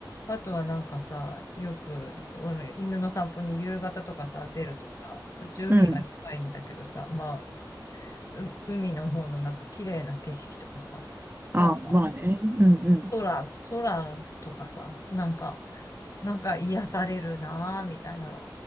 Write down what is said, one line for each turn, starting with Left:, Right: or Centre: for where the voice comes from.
Left: あとはなんかさ、よく、俺の犬の散歩に夕方とかさ、出るとさ、うち海が近いんだけどさ、
Right: うん。
Left: まあ、う海の方のなんか綺麗な景色とかさ、
Right: あ、
Left: なんか、
Right: まあね、うん、うん。
Left: 空、空とかさ、なんか、なんか癒されるなぁ、みたいなの、